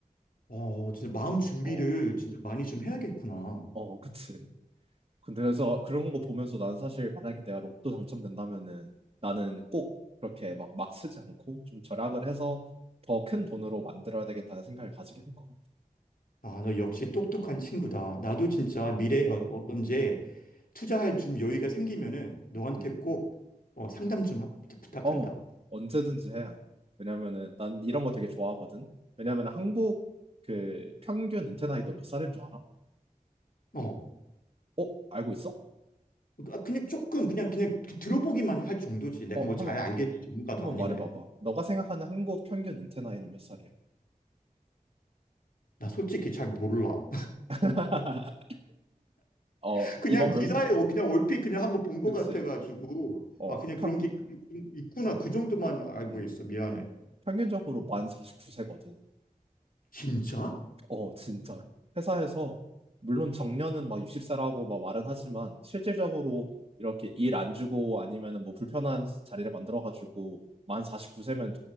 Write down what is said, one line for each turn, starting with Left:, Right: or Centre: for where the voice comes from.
Left: 어, 진짜 마음 준비를
Right: 어,
Left: 진짜 많이 좀 해야겠구나.
Right: 어, 그치. 근데 그래서 그런 거 보면서 난 사실 만약에 내가 로또 당첨된다면은 나는 꼭 그렇게 막 막 쓰지 않고 좀 절약을 해서 더 큰 돈으로 만들어야 되겠다는 생각을 가지게 된 것 같아.
Left: 아, 너 역시 똑똑한 친구다. 나도 진짜 미래에 어- 언제 투자할 좀 여유가 생기면은 너한테
Right: 음.
Left: 꼭 어, 상담 좀 하- 부탁한다.
Right: 어, 언제든지 해야 해. 왜냐면은 난 이런 거 되게 좋아하거든. 왜냐면 한국 그 평균 은퇴 나이도 몇 살인 줄 알아?
Left: 어.
Right: 어, 알고 있어?
Left: 아, 그냥 조금 그냥 그냥 그 들어보기만 할 정도지. 내가
Right: 어,
Left: 뭐
Right: 한번
Left: 잘 알겠니? 전문가도
Right: 한번
Left: 아닌데.
Right: 말해봐봐. 너가 생각하는 한국 평균 은퇴 나이는 몇 살이야?
Left: 나 솔직히 잘 몰라.
Right: <laughs> 어,
Left: <laughs> 그냥
Right: 이번
Left: 기사에
Right: 얼마?
Left: 어- 그냥 얼핏 그냥 한번 본 것
Right: 그치?
Left: 같아가지고
Right: 어,
Left: 아 그냥
Right: 평.
Left: 그런 게 그- 있구나 그 정도만 알고
Right: 음.
Left: 있어. 미안해.
Right: 평균적으로 만 49세거든.
Left: 진짜?
Right: 어, 진짜로. 회사에서, 물론 정년은 막 60세라고 막 말은 하지만, 실질적으로 이렇게 일 안 주고 아니면은 뭐 불편한 자리를 만들어가지고, 만 49세면